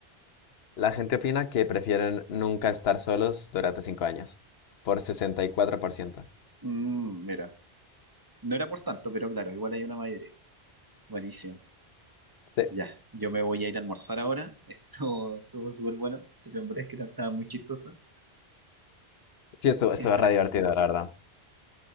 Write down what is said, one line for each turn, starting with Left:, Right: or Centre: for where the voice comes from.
Left: la gente opina que prefieren nunca estar solos durante cinco años, por 64%.
Right: Mm, mira, no era por tanto, pero claro, igual hay una mayoría. Buenísimo.
Left: Sí,
Right: Ya, yo me voy a ir a almorzar ahora. <laughs> Esto estuvo súper bueno. Se lo que no estaba muy chistoso.
Left: sí, esto estuvo
Right: Y dejar
Left: re
Right: aquí.
Left: divertido, la verdad.